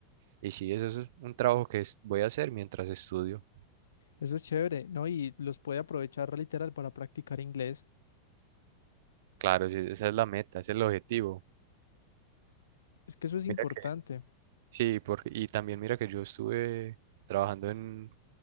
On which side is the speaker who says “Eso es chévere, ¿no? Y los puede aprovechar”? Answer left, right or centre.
Left